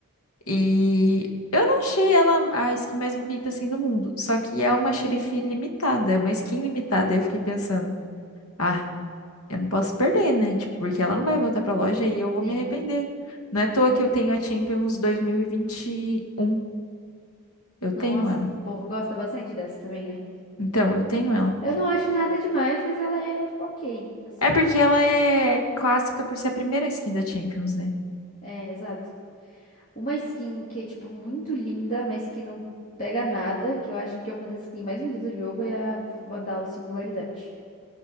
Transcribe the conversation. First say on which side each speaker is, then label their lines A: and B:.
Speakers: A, on the left; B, on the left.
A: E eu não achei ela a skin mais bonita assim do mundo. Só que é uma xerife limitada, uma skin limitada. Eu fiquei pensando. ah Eu não posso perder, né? Tipo, porque ela não vai voltar pra loja e eu vou
B: sim.
A: me arrepender. Não é à toa que eu tenho a Champions 2021. Eu tenho
B: Nossa,
A: ela.
B: o povo gosta bastante dessa também, né?
A: Então, eu tenho ela.
B: Eu não acho nada demais, mas ela é, tipo, ok. Assim,
A: É porque ela é clássica por ser a primeira skin da Champions, né?
B: é, exato. Uma skin que é, tipo, muito linda, mas que não pega nada, que eu acho que é uma das skins mais bonitas do jogo, é a Vandal Singularidade.